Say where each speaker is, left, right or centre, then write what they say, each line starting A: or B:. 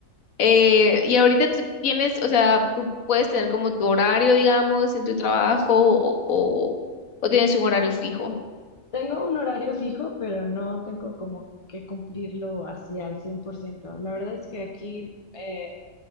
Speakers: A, on the left; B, on the left.
A: Eh, y ahorita tú tienes, o sea, tú puedes tener como tu horario, digamos, en tu trabajo o, o o tienes un horario fijo.
B: Tengo un horario fijo, pero no tengo como que cumplirlo así al cien por ciento La verdad es que aquí eh,